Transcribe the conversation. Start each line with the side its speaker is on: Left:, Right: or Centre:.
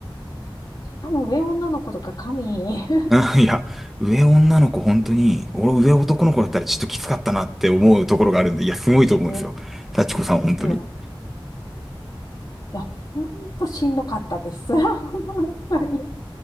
Left: 多分上女の子とか神 <laughs>
Centre: うんいや、上女の子本当に、俺上男の子だったらちょっときつかったなって思うところがあるんで、いや、すごいと思うんですよ。
Left: え
Centre: 幸子さん本当に。
Left: ですよ。いや、ほんとしんどかったです。<laughs> 本当に。